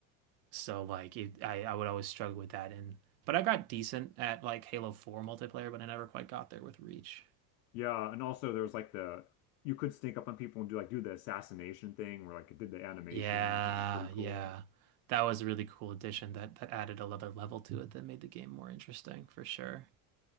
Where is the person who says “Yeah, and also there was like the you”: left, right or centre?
Left